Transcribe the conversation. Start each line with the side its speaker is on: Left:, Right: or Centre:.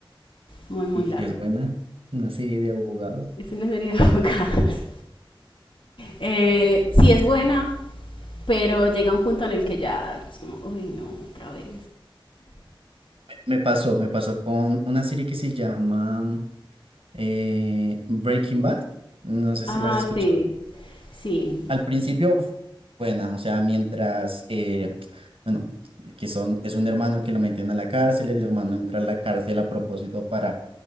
Left: muy, muy
Right: Y
Left: larga.
Right: si es buena, una serie de abogados.
Left: Es una serie de <laughs> abogados. Eh, sí es buena, pero llega un punto en el que ya, es como, uy, no, otra vez.
Right: me pasó, me pasó con una serie que se llama eh, Breaking Bad, no sé
Left: Ah,
Right: si la has escuchado.
Left: sí, sí.
Right: Al principio, buena, o sea, mientras, eh, bueno, que son, es un hermano que lo meten a la cárcel, el hermano entra a la cárcel a propósito para